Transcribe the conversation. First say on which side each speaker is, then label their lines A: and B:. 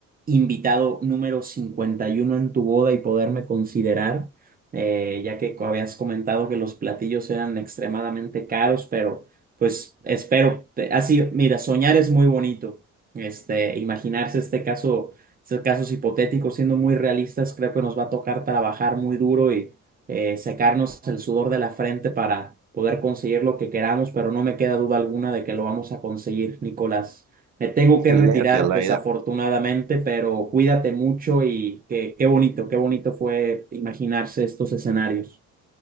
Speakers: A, on the right; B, on the right.
A: invitado número 51 en tu boda y poderme considerar eh, ya que co- habías comentado que los platillos eran extremadamente caros, pero pues espero, te- así, mira, soñar es muy bonito, este, imaginarse este caso, estos casos hipotéticos siendo muy realistas, creo que nos va a tocar trabajar muy duro y eh, secarnos el sudor de la frente para poder conseguir lo que queramos, pero no me queda duda alguna de que lo vamos a conseguir, Nicolás. Me tengo
B: Sí,
A: que retirar
B: así es la
A: desafortunadamente,
B: vida.
A: pero cuídate mucho y qué, qué bonito, qué bonito fue imaginarse estos escenarios.